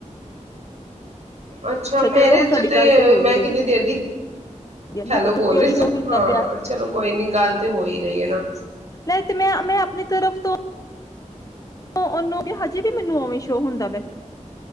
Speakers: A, on the right (about 60°); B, on the left (about 25°).
A: ਅੱਛਾ ਮੇਰੇ
B: ਚਲੋ ਸਾਡੀ
A: ਚ ਤੇ,
B: ਗੱਲ ਹੋ
A: ਮੈਂ
B: ਹੀ ਰਹੀ
A: ਕਿੰਨੀ ਦੇਰ ਦੀ
B: ਹੈ ਨਾ
A: ਹੈਲੋ
B: ਪਤਾ
A: ਬੋਲ
B: ਕਿਉਂ
A: ਰਹੀ ਸਾ।
B: ਸ਼ੋਅ ਹੁੰਦਾ
A: ਹਾਂ
B: ਪਿਆ
A: ਚਲੋ ਕੋਈ ਨੀ ਗੱਲ ਤੇ ਹੋ ਈ ਰਹੀ ਏ ਨਾ।
B: ਲੈ ਤੇ ਮੈਂ ਆਪਣੀ ਤਰਫ ਤੋਂ ਉਹ ਉਹਨੂੰ ਤੇ ਹਜੇ ਵੀ ਮੈਨੂੰ ਉਵੇਂ ਸ਼ੋ ਹੁੰਦਾ ਵੇ।